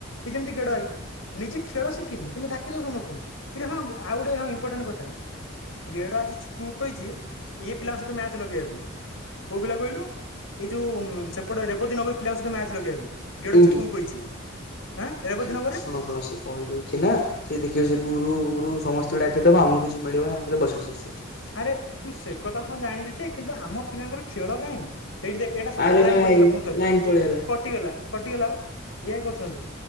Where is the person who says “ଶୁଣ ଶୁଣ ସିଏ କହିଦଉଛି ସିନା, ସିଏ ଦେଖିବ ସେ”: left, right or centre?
Left